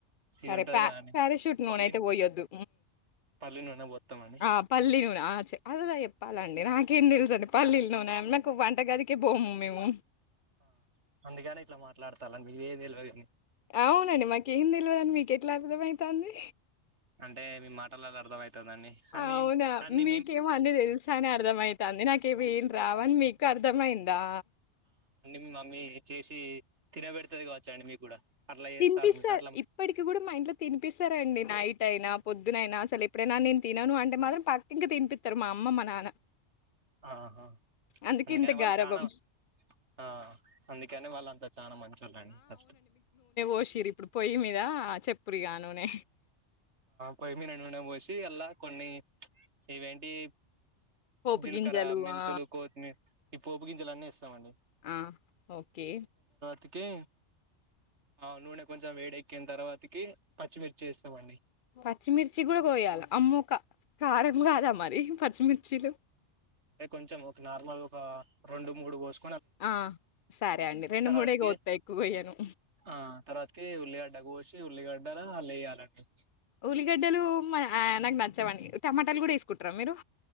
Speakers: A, on the right; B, on the left.
A: ఇది
B: సరే
A: ఉంటది
B: ప
A: కదండి
B: పారాషూట్ నూనెయితే
A: పల్లి
B: పోయొద్దు
A: పల్లి నుండే పోత్తామని
B: ఆ పల్లి అలా చెప్పాలండి నాకేం తెలుస అండి పల్లీలు నూన నాకు వంట గదికే పోము మేము
A: ఆ అందుకని ఇట్లా మాట్లాడతాలని మీ ఏది తెలివది
B: అవునండి మాకు ఏం తెలిదని మీకు ఎట్లా అర్థమైతుంది
A: అంటే మీ మాటలాలా అర్ధం అవుతంది అన్ని అన్నిమ్
B: అవునా!
A: అన్ని
B: మీకేమో అన్నీ తెలుసని అర్థమైతాంది. నాకేమీ ఏం రావని మీకు అర్థమైందా?
A: మీ మమ్మీ చేసి తినబెడతేది కావచ్చ అండి మీకు కూడా అట్లా చేస్తారు
B: తినిపిస్తారు
A: మీరు అట్లా
B: ఇప్పటికి కూడా మా ఇంట్లో తినిపిస్తారండి నైట్ అయినా పొద్దునైనా అసలు ఎప్పుడైనా నేను తినను అంటే మాత్రం పక్క ఇంకా తినిపిస్తారు మా అమ్మ మా నాన్న
A: ఆహా
B: అందుకే
A: అందుకని
B: ఇంత
A: వాళ్ళు
B: గారాబం.
A: చనా ఆ అందుకని వాళ్ళు అంతా చాలా మంచివాళ్ళండి ఫస్ట్
B: ఓషరి ఇప్పుడు పోయి మీద ఆ చెప్పురిగా నూనే
A: పోయ్యి మీన నూన పోసి అల్లా కొన్ని ఇవేంటి
B: పోపు
A: జీలకర
B: గింజలు
A: మెంతులు
B: ఆ!
A: కోతిమీర్ ఈ పోపు గిజలన్నీ వేస్తామండి
B: ఆ ఓకే
A: తుగే ఔ నూనె కొంచం వేడెక్ కిన తర్వాతకి పచ్చిమిర్చి వేస్తామండి
B: పచ్చిమిర్చి గూడా కోయాల. అమ్మో! క కారం కాదా మరి పచ్చిమిర్చిలు
A: టే కొంచెం ఒక నార్మల్ ఒక రెండు మూడు కోస్
B: ఆ సరే అండి రెండు
A: తర్వాతకి
B: మూడే కోత్తా ఎక్కువగొయ్యను
A: ఆ తర్వాతకి ఉల్లిగడ్డ కోషి ఉల్లిగడ్డలను అళ్ళెయ్యాలండి
B: ఉల్లిగడ్డలు ఉం అయ్ నాకు నచ్చవండి టమాటాలు కూడా ఏసుకుంటారా మీరు